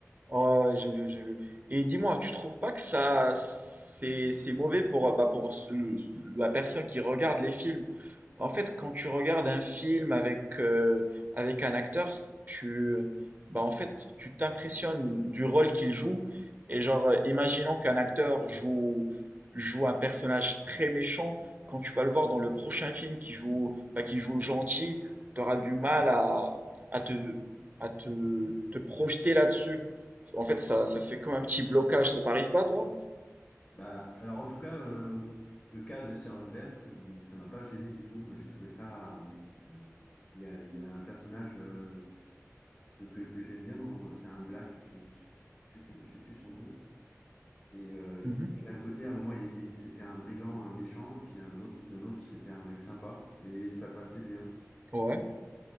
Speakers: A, on the right; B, on the left.
A: Oh, j'ai vu, j'ai vu. Et dis-moi, tu trouves pas que ça c'est c'est mauvais pour bah pour le- la personne qui regarde les films? En fait, quand tu regardes un film avec, euh, avec un acteur, tu, bah, en fait, tu t'impressionnes du rôle qu'il joue. Et genre, euh, imaginons qu'un acteur joue, joue un personnage très méchant. Quand tu vas le voir dans le prochain film qui joue, bah, qui joue le gentil, tu auras du mal à, à te, à te, te projeter là-dessus. En fait, ça, ça fait comme un petit blocage. Ça t'arrive pas, toi?
B: Bah, alors en tout cas, euh, le cas de Sorenberg, ça m- ça m'a pas gêné du tout. Moi, j'ai trouvé ça. euh, Il y a, il y a un personnage euh, que, que, que j'aime bien, dans- c'est un black, je ne sais plus je sais plus comment- je sais plus son nom. Et euh,
A: Mhm.
B: il était d'un côté, à un moment, il était, c'était un brigand, un méchant, et puis un autre, d'un autre, c'était un mec sympa, et ça passait bien.
A: Ouais.